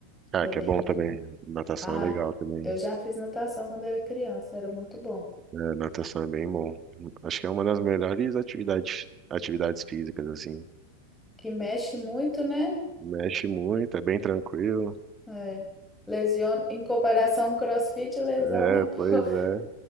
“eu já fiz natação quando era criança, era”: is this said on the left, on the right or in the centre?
Centre